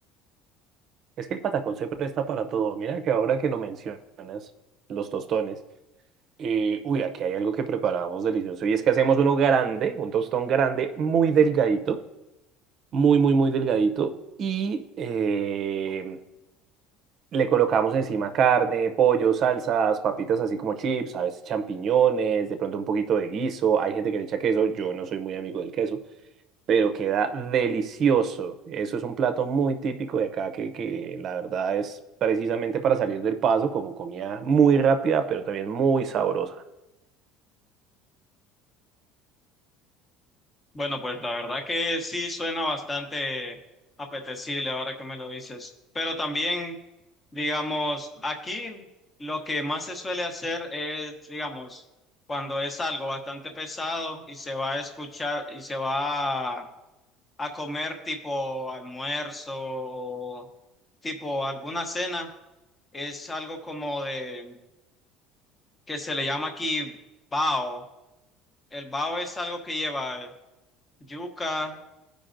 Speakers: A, on the right (about 40°); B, on the left (about 15°).
A: Es que el patacón se presta para todo. Mira que ahora que no mencionas los tostones, eh, uy, aquí hay algo que preparamos delicioso. Y es que hacemos uno grande, un tostón grande, muy delgadito, muy, muy, muy delgadito. Y... Eh, Le colocamos encima carne, pollo, salsas, papitas así como chips, a veces champiñones, de pronto un poquito de guiso. Hay gente que le echa queso, yo no soy muy amigo del queso, pero queda delicioso. Eso es un plato muy típico de acá que, que la verdad es precisamente para salir del paso, como comida muy rápida, pero también muy sabrosa.
B: Bueno, pues la verdad que sí suena bastante apetecible ahora que me lo dices. Pero también, digamos, aquí lo que más se suele hacer es, digamos, cuando es algo bastante pesado y se va a escuchar y se va a, a comer tipo almuerzo o tipo alguna cena, es algo como de que se le llama aquí bao. El bao es algo que lleva yuca.